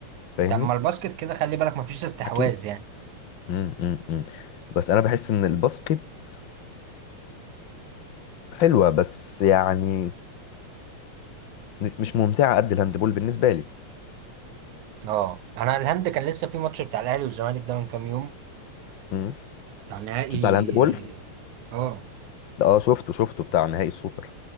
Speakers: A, on the left (about 50°); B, on the right (about 85°).
A: فاهمني
B: طب ما الباسكت كده خلي بالك مفيش استحواذ
A: اكيد
B: يعني
A: امم امم بس انا بحس ان الباسكت حلوه بس يعني م- مش ممتعه قد الهاند بول بالنسبه لي
B: اه انا الهند كان لسه في ماتش بتاع الاهلي والزمالك ده من كام يوم
A: امم
B: بتاع نهائي
A: بتاع الهاند بول
B: اه
A: ده اه شفته شفته بتاع نهائي السوبر